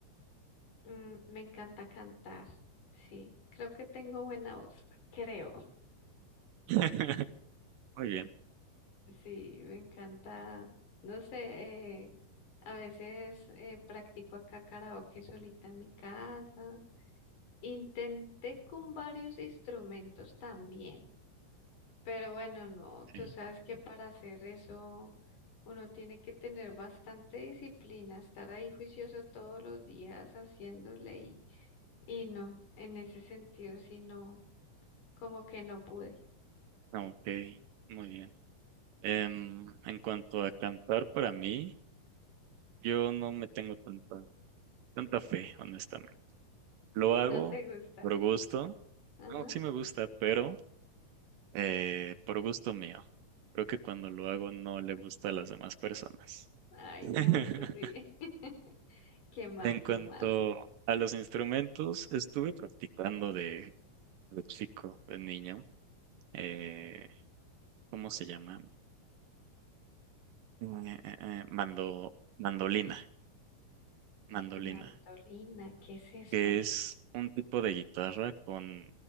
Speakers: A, on the left (about 60°); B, on the right (about 75°).
A: Mm, me encanta cantar, sí. Creo que tengo buena voz, creo.
B: <laughs> Muy bien.
A: Sí, me encanta. No sé, eh, a veces eh, practico acá karaoke solita en mi casa. Intenté con varios instrumentos también, pero bueno, no, tú
B: Sí.
A: sabes que para hacer eso uno tiene que tener bastante disciplina, estar ahí juicioso todos los días haciéndole y, y no, en ese sentido, sí no. Como que no pude.
B: ah, Ok, muy bien. Em, en cuanto a cantar, para mí, yo no me tengo tanta, tanta fe, honestamente. Lo
A: <laughs>
B: hago
A: No te gusta.
B: por gusto.
A: Ajá.
B: No, sí me gusta, pero eh, por gusto mío. Creo que cuando lo hago no le gusta a las demás personas.
A: Ay,
B: <laughs>
A: no, eso sí. <laughs> Qué mal,
B: En
A: qué
B: cuanto
A: mal.
B: a los instrumentos, estuve practicando de, de chico, de niño. eh, ¿cómo se llama? Eh, eh, eh, mando, mandolina, mandolina,
A: Mantolina, ¿qué es eso?
B: que es un tipo de guitarra con